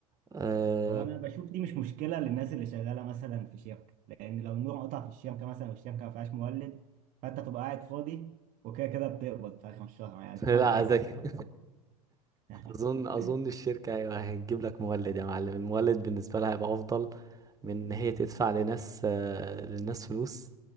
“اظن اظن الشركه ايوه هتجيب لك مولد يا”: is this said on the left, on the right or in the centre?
Right